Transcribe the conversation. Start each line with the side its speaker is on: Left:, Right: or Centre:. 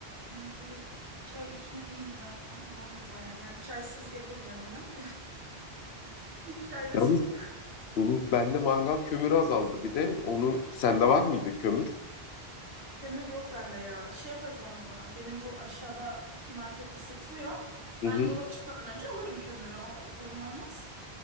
Right: Evet evet. Çay üstüne iyi gider. O önemli baya. Yani çaysız yapamıyorum ben. <laughs> Çay ve
Left: Yalnız
Right: sucuk.
Left: hı hı, bende mangal kömürü azaldı bir de. Onu sende var mıydı kömür?
Right: Kömür yok bende ya. Şey yaparız olmadı. Benim bu aşağıdaki markette satılıyor.
Left: Hı
Right: Ben
Left: hı.
Right: yola çıkmadan önce alırım kömürü. O sorun olmaz.